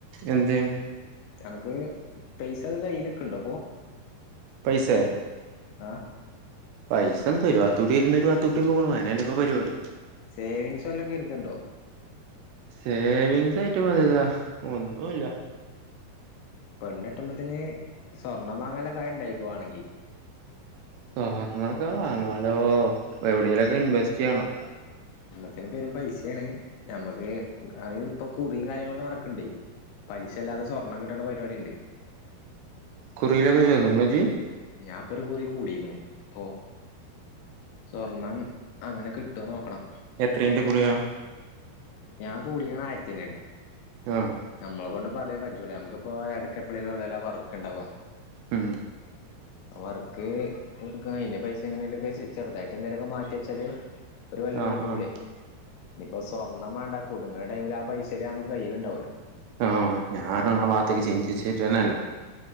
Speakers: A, on the right (about 80°); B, on the left (about 85°).
A: എന്ത്
B: അനക്ക് പൈസ കയ്യിലെക്ക്ണ്ടോ ഇപ്പൊ
A: പൈസെ
B: ആ
A: പൈസ എന്താ ഒരുവാത്ത് കൂടി വരുണ് ഒരുവാത്ത് കൂടി പോണു അനെല്ലെപ്പം പരിപാടി.
B: സേവിങ്സ് വല്ലോം കരുത്ണ്ടോ
A: സേവിങ്സ് ആയിട്ട് <unintelligible> ഒന്നുംല്ല
B: പെണ്ണെട്ടുമ്പോത്തിന് സ്വർണ്ണം വാങ്ങാള്ള കായിണ്ടാക്കിക്കോ വാണെങ്കി
A: സ്വർണ്ണൊക്കെ വാങ്ങ ഹലോ എവിടേലൊക്കെ ഇൻവെസ്റ്റ് ചെയ്യണം.
B: ത്തിന് പെരും പൈസയാണ് നമ്മക്ക് അത് ഇപ്പൊ കുറിയും കാര്യങ്ങളൊക്കെ നടക്ക്ണ്ടേ പലിശ ഇല്ലാതെ സ്വർണം കിട്ടണ പരിപാടിണ്ട്
A: കുറിയിലൊക്കെ ചേർന്ന്ക്കണോ ഇജ്ജ്
B: ഞാൻ ഇപ്പം ഒരു കുറി കൂടീക്ക്ണു ഇപ്പൊ സ്വർണം അങ്ങനെ കിട്ടോന്ന് നോക്കണം.
A: എത്രീന്റെ കുറിയാ?
B: ഞാൻ കൂടിക്കണ ആയിരത്തിന്റെണ്
A: ആഹ്
B: നമ്മളെ കൊണ്ട് ഇപ്പം അതേ കജ്ജോള്ളു നമുക്കിപ്പോ എടക്കപ്പളേലും ഒള്ളോലോ ആ വർക്ക്ണ്ടാവ
A: ആ
B: വർക്ക് എടുക്ക അയ്ന്റെ പൈസ എങ്ങനേലൊക്കെ ചെറുതായിട്ട് എന്തെലൊക്കെ മാറ്റി വെച്ചാല് ഒരു കൊല്ലം
A: ആഹ്
B: കജ്ജുമ്പളെ
A: ആഹ്
B: ഇപ്പൊ സ്വ ണം വേണ്ട കുടുങ്ങണ ടൈമില് ആ പൈസേലും നമ്മക്ക് കയ്യിലുണ്ടാവോലോ
A: ആ ഞാനാണ് ആ ഭാത്ത്ക്ക് ചിന്തിച്ചിട്ടെന്നെല്ല